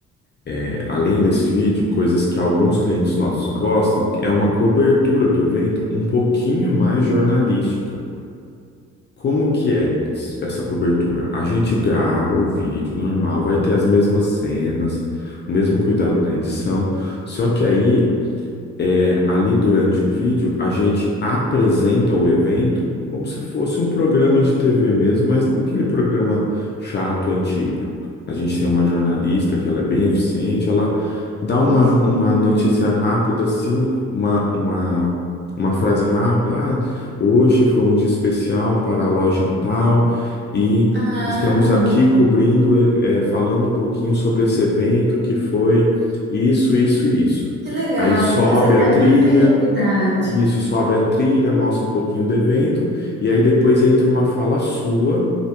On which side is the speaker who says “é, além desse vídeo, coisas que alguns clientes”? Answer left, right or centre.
Left